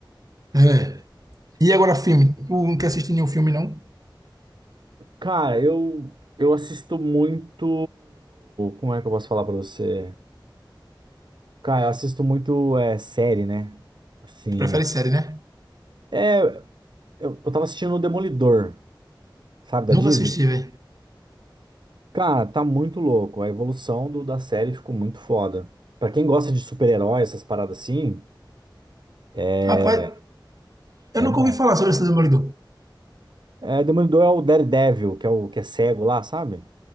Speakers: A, on the right; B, on the right.
A: é. E agora, filme? Tu não quer assistir nenhum filme, não?
B: Cara, eu, eu assisto muito. Como é que eu posso falar pra você? Cara, eu assisto muito é, série, né? Assim.
A: Tu prefere série, né?
B: É, eu, eu tava assistindo o Demolidor. sabe, da
A: Nunca
B: Disney.
A: assisti, velho.
B: Cara, tá muito louco. A evolução do, da série ficou muito foda. Pra quem gosta de super-herói, essas paradas assim, é,
A: Rapaz, eu
B: é
A: nunca
B: bom.
A: ouvi falar sobre esse Demolidor.
B: É, Demolidor é o Daredevil, que é o que é cego lá, sabe?